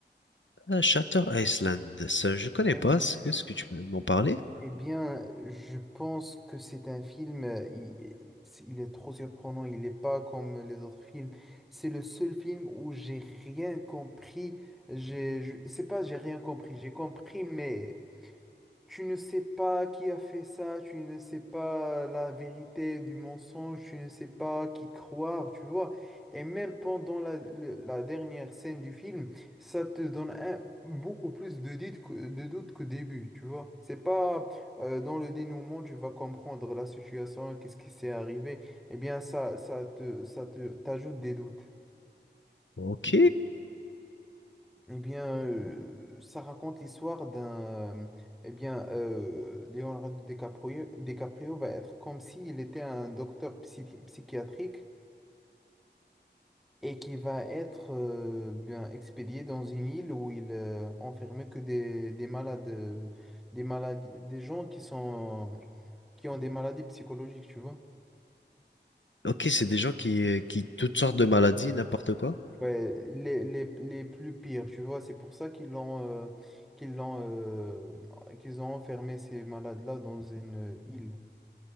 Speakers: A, on the left; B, in the centre.
A: Euh, Shutter Island, ça, je connais
B: pense-
A: pas. Est-ce que tu peux m'en parler?
B: Eh bien, je pense que c'est un film, euh, il, c'est- il est trop surprenant, il n'est pas comme les autres films. C'est le seul film où j'ai rien compris. J'ai, je- c'est pas j'ai rien compris, j'ai compris, mais tu ne sais pas qui a fait ça, tu ne sais pas la vérité du mensonge, tu ne sais pas qui croire, tu vois. Et même pendant la, le- la dernière scène du film, ça te donne un- beaucoup plus de doutes que- de doutes qu'au début, tu vois. C'est pas euh, dans le dénouement, tu vas comprendre la situation, qu'est-ce qui s'est arrivé. Eh bien, ça, ça te, ça te, t'ajoute des doutes.
A: Ok,
B: Eh bien, euh, ça raconte l'histoire d'un... Eh bien, euh, Leonardo DiCaprio, DiCaprio va être comme s'il était un docteur psychi- psychiatrique et qui va être euh, bien expédié dans une île où il euh, enfermait que des, des malades, euh, des maladies, des gens qui sont, qui ont des maladies psychologiques, tu vois.
A: ok, c'est des gens qui, euh, qui toutes sortes de maladies, n'importe quoi.
B: Ouais, les, les, les plus pires, tu vois. C'est pour ça qu'ils l'ont euh, qu'ils l'ont euh, qu'ils ont enfermé ces malades-là dans une île.